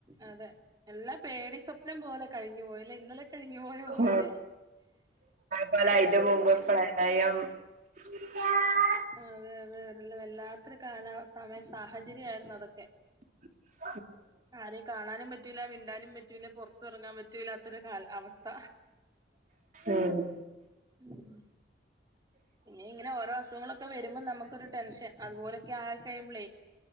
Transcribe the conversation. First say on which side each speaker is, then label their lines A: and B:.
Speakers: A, on the right; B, on the right.
A: അതെ എല്ലാ പേടി സ്വപ്നം പോലെ കഴിഞ്ഞു പോയല്ല ഇന്നലെ കഴിഞ്ഞു പോയ പോലെ
B: ഉം <unintelligible> പ്രളയം <unintelligible>
A: അതെ അതെവല്ലാത്തൊരു കാല സമയ സാഹചര്യംയിരുന്നു അതൊക്കെ
B: <unintelligible>
A: ആരെകാണാനും പറ്റൂല മിണ്ടാനും പറ്റൂല പുറത്തറങ്ങാൻ പറ്റൂലാത്തൊരു അവസ്ഥ
B: ഉം
A: ഉം ഇനി ഇങ്ങനെ ഓരോ അസുഖങ്ങളൊക്കെ വരുമ്പോൾ നമുക്കരു ടെൻഷൻ അതുപോലൊക്കെ ആ കഴിയുമ്പോൽ